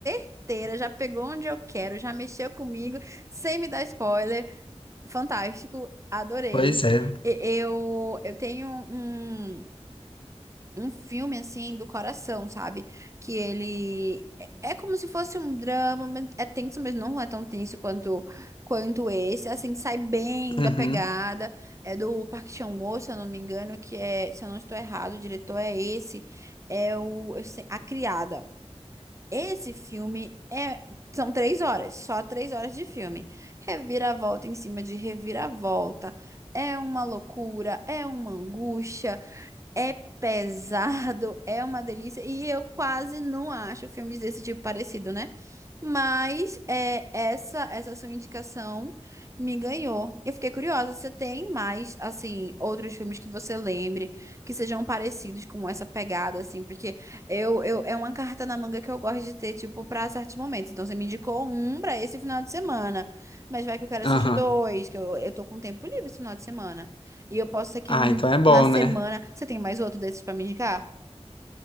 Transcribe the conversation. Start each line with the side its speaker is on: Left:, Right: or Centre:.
Right: inteira, já pegou onde eu quero, já mexeu comigo, sem me dar spoiler. Fantástico, adorei.
Left: Pois é.
Right: E- Eu, eu tenho um, um filme, assim, do coração, sabe? Que ele é é como se fosse um drama, mas é tenso, mas não é tão tenso quanto, quanto esse. Assim, sai bem
Left: Uhum.
Right: da pegada. É do Park Chan-wook, se eu não me engano, que é, se eu não estou errado, o diretor é esse. É o, eu sei- A Criada. Esse filme é... são três horas, só três horas de filme. Reviravolta em cima de reviravolta. É uma loucura, é uma angústia. É pesado, é uma delícia. E eu quase não acho filmes desse tipo parecido, né? Mas é, essa essa sua indicação me ganhou. Eu fiquei curiosa, você tem mais, assim, outros filmes que você lembre que sejam parecidos com essa pegada, assim? Porque eu, eu é uma carta na manga que eu gosto de ter, tipo, pra certos momentos. Então, você me indicou um pra esse final de semana. Mas vai que eu quero
Left: Aham.
Right: assistir dois, que eu, eu tô com tempo livre esse final de semana. E eu posso ser que
Left: Ah,
Right: num-
Left: então é
Right: na
Left: bom,
Right: semana.
Left: né?
Right: Você tem mais outro desses pra me indicar?